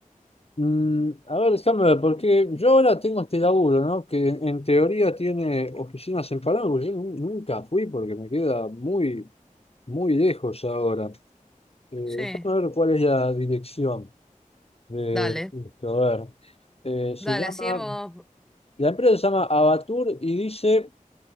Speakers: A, on the left; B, in the centre.
A: Mm, a ver, déjame ver, porque yo ahora tengo este laburo, ¿no? Que en teoría tiene oficinas en Palermo. Yo nu- nunca fui porque me queda muy, muy lejos ahora. Eh,
B: Sí,
A: déjame ver cuál es la dirección de
B: dale.
A: esto. A ver. Eh, se
B: Dale,
A: llama,
B: hacíamos.
A: la empresa se llama Abatur y dice